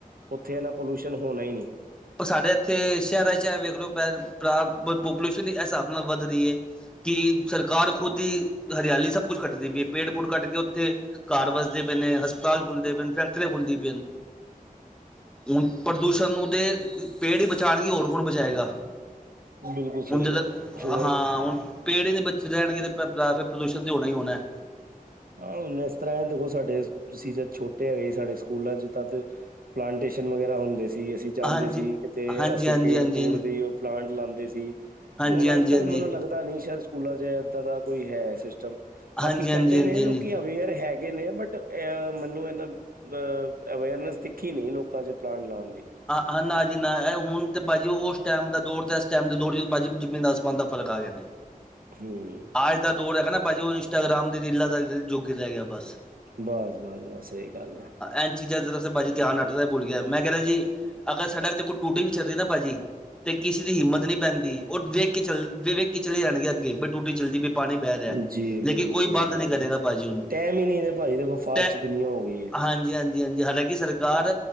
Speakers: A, on the right; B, in the centre.
A: ਓਥੇ ਏਨਾ ਪੋਲਿਊਸ਼ਨ ਹੋਨਾ ਈ ਨੀ।
B: ਓ ਸਾਡੇ ਏਥੇ ਸੈ਼ਰਾਂ ਚ ਐ ਵੇਖ ਲਓ ਪੈ ਪਰਾ ਪੋਪੂਲੇਸ਼ਨ ਐ ਸਾਬ ਨਾਲ ਵੱਧ ਰੀ ਏ। ਕਿ ਸਰਕਾਰ ਖੁਦ ਈ ਹਰਿਆਲੀ ਸਭ ਕੁਛ ਕਟਦੀ ਪਈ ਏ। ਪੇੜ ਪੂੜ ਕੱਟ ਕੇ ਓਥੇ ਘਰ ਵਸਦੇ ਪੇ ਨੇ, ਹਸਪਤਾਲ ਖੁੱਲਦੇ ਪੇ ਨੇ, ਫੈਕਟਰੀਆਂ ਖੁੱਲਦੀ ਪਈ ਨ। ਹੁਣ ਪ੍ਰਦੂਸ਼ਣ ਨੂੰ ਤੇ ਪੇੜ ਈ ਬਚਾਣਗੇ ਹੋਰ ਕੌਣ ਬਚਾਏਗਾ?
A: ਬਿਲਕੁਲ
B: ਹੁਣ
A: ਸਹੀ
B: ਜਦੋਂ
A: ਗੱਲ ਹੈ ਹੋਰ
B: ਹਾਂ ਹੁਣ। ਪੇੜ ਈ ਨੀ ਬੱਚੇ ਰੈਣਗੇ ਤੇ ਪਰ ਭਰਾ ਫੇਰ ਪ੍ਰਦੂਸ਼ਣ ਤੇ ਹੋਣਾ ਈ ਹੋਣੈ।
A: ਆ। ਹੁਣ ਏਸ ਤਰਾਂ ਐ ਦੇਖੋ ਸਾਡੇ ਸੀ ਜਦ ਛੋਟੇ ਹੈਗੇ ਸੀ ਸਾਡੇ ਸਕੂਲਾਂ ਚ ਤਦ ਪਲਾਂਟੇਸ਼ਨ ਵਗੈਰਾ ਹੁੰਦੇ ਸੀ। ਅਸੀਂ ਜਾਂਦੇ
B: ਹਾਂਜੀ
A: ਸੀ ਕਿਤੇ
B: ਹਾਂਜੀ
A: ਅਸੀਂ
B: ਹਾਂਜੀ
A: ਪੇੜ
B: ਹਾਂਜੀ
A: ਪੂੜ ਦੀ ਉਹ। ਪਲਾਂਟ ਲਾਉਂਦੇ ਸੀ
B: ਹਾਂਜੀ
A: ਹੁਣ
B: ਹਾਂਜੀ ਹਾਂਜੀ
A: ਅੱਜ ਕੱਲ
B: ਹਾਂਜੀ
A: ਮੈਨੂੰ ਲੱਗ ਦਾ ਨਹੀਂ ਸ਼ਾਇਦ ਸਕੂਲਾਂ 'ਚ ਏਦਾਂ ਦਾ ਕੋਈ ਹੈ ਸਿਸਟਮ ਬਾਕੀ।
B: ਹਾਂਜੀ ਹਾਂਜੀ ਹਾਂਜੀ
A: ਨੇ ਲੋਕੀ
B: ਹਾਂਜੀ
A: ਅਵੇਅਰ ਹੈਗੇ ਨੇ ਬਟ ਅਹ ਮੈਨੂੰ ਇਹਨਾ। ਅ ਅਵੇਅਰਨੈਸ ਦਿਖੀ ਨੀ ਲੋਕਾਂ 'ਚ ਪਲਾਂਟ ਲਾਉਣ ਦੀ।
B: ਹਾਂ! ਨਾ ਜੀ ਨਾ ਇਹ ਹੁਣ ਤਾਂ ਭਾਜੀ ਉਸ ਟਾਈਮ ਦਾ ਦੌਰ ਅਤੇ ਇਸ ਟਾਈਮ ਦੇ ਦੌਰ 'ਚ ਭਾਜੀ ਜ਼ਮੀਨ ਆਸਮਾਨ ਦਾ ਫ਼ਰਕ ਆ ਗਿਆ ਨੇ।
A: ਹੂੰ!
B: ਅੱਜ ਦਾ ਦੌਰ ਹੈਗਾ ਨਾ ਭਾਜੀ ਉਹ ਇੰਸਟਾਗਰਾਮ ਦੀ ਰੀਲਾਂ ਦਾ ਯ ਜੁੱਗ ਰਹਿ ਗਿਆ ਬਸ।
A: ਬਸ! ਬਸ! ਬਸ! ਸਹੀ ਗੱਲ ਹੈ।
B: ਐਨ ਚੀਜ਼ਾਂ ਦਾ ਤਾਂ ਵੈਸੇ ਭਾਜੀ ਧਿਆਨ ਹੱਟਦਾ ਭੁੱਲ ਗਿਆ ਮੈਂ ਕਹਿਣਾ ਜੀ। ਅਗਰ ਸੜਕ ਤੇ ਕੋਈ ਟੂਟੀ ਵੀ ਚੱਲਦੀ ਨਾ ਭਾਜੀ ਤੇ ਕਿਸੇ ਦੀ ਹਿੰਮਤ ਨਹੀਂ ਪੈਂਦੀ ਉਹ ਵੇਖ ਕੇ ਚੱਲ ਵ ਵੇਖ। ਕੇ ਚਲੇ ਜਾਣਗੇ ਅੱਗੇ ਬਈ ਟੂਟੀ ਚੱਲਦੀ ਪਈ। ਪਾਣੀ ਬਹਿ ਰਿਹਾ
A: ਜੀ ਬਿਲਕੁਲ
B: ਲੇਕਿਨ ਕੋਈ
A: ਸਹੀ
B: ਬੰਦ
A: ਗੱਲ
B: ਨਹੀਂ ਕਰੇਗਾ
A: ਹੈ
B: ਭਾਜੀ ਉਹਨੂੰ
A: ਟਾਈਮ ਹੀ ਨਹੀਂ ਨੇ ਭਾਜੀ ਦੇਖੋ ਫਾਸਟ
B: ਤੇ।
A: ਦੁਨੀਆਂ ਹੋ ਗਈ ਹੈ
B: ਹਾਂਜੀ! ਹਾਂਜੀ! ਹਾਂਜੀ! ਹਾਲਾਂਕਿ ਸਰਕਾਰ